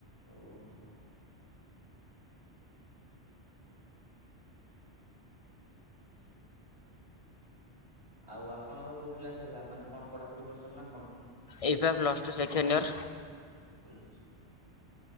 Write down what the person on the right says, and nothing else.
ଓ ହୋ। ଆଉ ଆପଣଙ୍କର କୋଉ କ୍ଲାସ ହେଲା ମାନେ କଣ ପଢାପଢି କରୁଛନ୍ତି ନା କଣ।
ଉଁ।